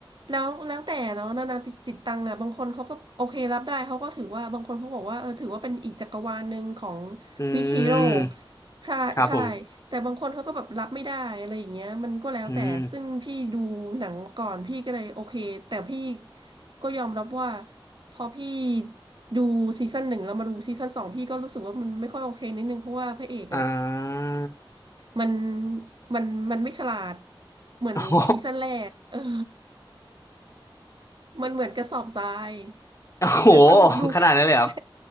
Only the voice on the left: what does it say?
อื
ม
ครับผม
อืม
อ่า
<laughs>
โอ้โห
โอ้โห
ขนาดนั้นเลยครับ